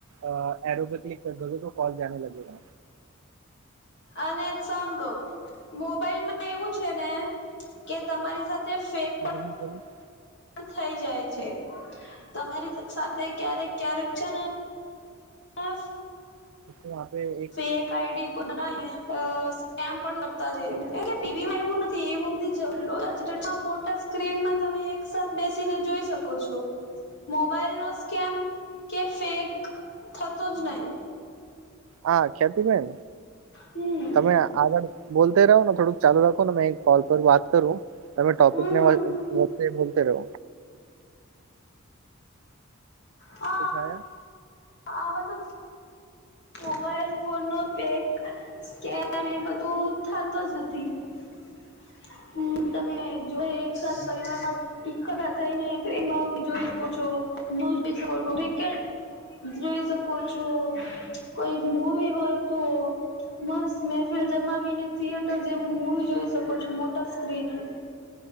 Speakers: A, on the right; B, on the left.
A: અ એરો કે ક્લિક કર દોગે તો કોલ જાને લગેગા
B: અને સાંભળો મોબાઈલ મા. એવું છે ને કે તમારી સાથે ફેક પણ
A: <inaudible>
B: પણ થઈ જાય છે તમારી સાથે ક્યારેક ક્યારેક છે ને હફ.
A: હમ તો આપણે એકે
B: ફેક આઈડી કો બના લે અ સ્કેમ પણ કરતા રે. ટીવીમાં એવું નથી એવું બધી મોટા સ્ક્રીનમાં તમે એક સાથ બેસીને જોઈ શકો છો મોબાઈલ નો સ્કેમ કે ફેક થતો જ નહી.
A: હા ખ્યાતિ બેેન.
B: હમ.
A: તમે આગળ બોલતે રહો ને થોડુંક ચાલુ રાખો ને મે કોલ પર વાત કરું. તમે ટોપિક
B: હમ
A: ને
B: હમ
A: વાત બોલતે બોલતે રહો.
B: હ
A: કુછ આયા.
B: આવા તો. મોબાઈલ ફોનનો પેગ સ્કેન એ બધું થતો જ નથી. હમ તમે જો એકસાથ પરિવારમાં એકઠા થઈને પ્રેમ ભાવ જોઈ શકો છો <inaudible> શકો છો ક્રિકેટ જોઈ શકો છો કોઈ મૂવી હોય તો. મસ્ત મહેફિલ જમાવીને થિયેટર જેવું મૂવી જોઈ શકો છો મોટા સ્ક્રીને